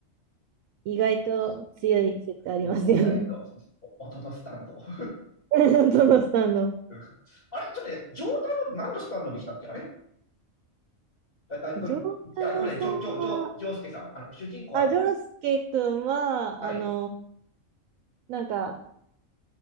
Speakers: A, on the right; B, on the left.
A: 意外と強い説ありますよね。
B: うん、うん、意外と、お音のスタンド。<laughs>
A: <laughs> どのさんの。
B: うんあれ、ちょっとね、ジョータロウ何のスタンドでしたっけあれあ、あこれ、
A: 丈太郎さんは、
B: いや、これ、ジョ、ジョ、ジョ、ジョースケさんも、あの、主人公は、
A: あ、丈介くんは、
B: はい。
A: あの、なんか